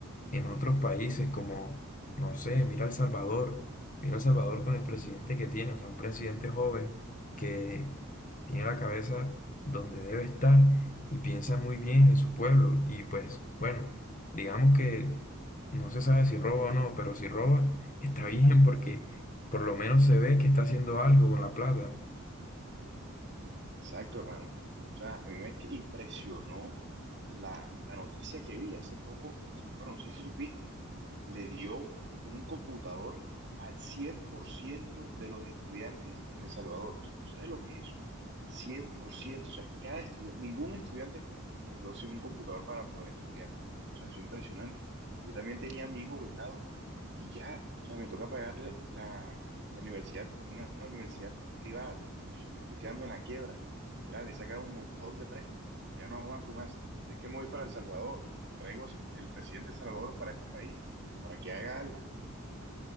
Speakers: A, on the left; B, on the right.
A: en otros países como, no sé, mira El Salvador, mira El Salvador con el presidente que tiene, o sea, un presidente joven que tiene la cabeza donde debe estar y piensa muy bien en su pueblo y pues bueno, digamos que no se sabe si roba o no, pero si roba está bien porque por lo menos se ve que está haciendo algo con la plata.
B: Exacto, hermano. O sea, a mí me impresionó la, la noticia que vi hace poco. Su- Bueno, no sé si supiste. le dio un computador al 100% de los estudiantes en El Salvador. O sea, ¿tú sabes lo que es eso? El 100%, o sea, cada estudiante, ningún estudiante se quedó sin un computador para poder estudiar. O sea, eso es impresionante. Yo también tenía a mi hijo becado y ya, o sea, me toca pagarle la, la universidad en una universidad privada. Uy, me estoy quedando en la quiebra. Literal, he sacado un montón de préstamos. Ya no aguanto más. Estoy que me voy para El Salvador o traigo a ese- el presidente de El Salvador para este país para que haga algo.